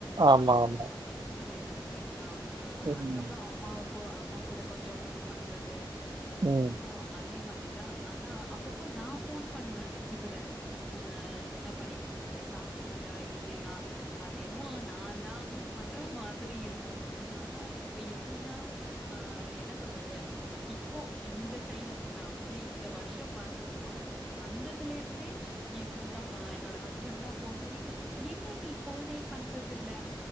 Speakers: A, on the right; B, in the centre.
A: ஆமா,
B: இப்போ
A: ஆமா.
B: <unintelligible> கரெக்ட் டா ஹ
A: ம்,
B: அதுக்கப்புறம் அம்மாவ கொ அம்மா கூட கொஞ்ச ஹெல்ப் பண்றது அதுக்கு
A: ம்,
B: சோ அத் அதே மாதிரி தா ஆனா அப்பப்ப நா போன் பண்ணுவேன் இவரை ஆஹ் என்ன பண்ணிட்டு இருக்கீங்க சாப்ட்டீங்களா இல்லையா அது என்னமோ நான் தா மிஸ் பண்ற மாதிரி இருக்கு ஆனா இப்போ எப்படின்னா ஹா என்ன சொல்றது இப்போ இந்த டைம் நா வந்து இந்த வருஷ வந்த <unintelligible> வந்த வந்ததுல இருந்தே இவரு தா ஹா என்னோட ஹஸ்பண்ட் தாபோன் பண்ணிட்டு என்ன நீ ஃபோனே பண்றது இல்ல